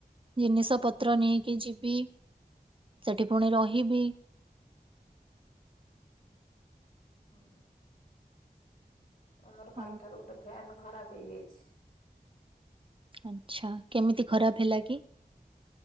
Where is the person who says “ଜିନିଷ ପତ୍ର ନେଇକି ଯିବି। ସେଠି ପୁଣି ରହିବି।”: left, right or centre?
Right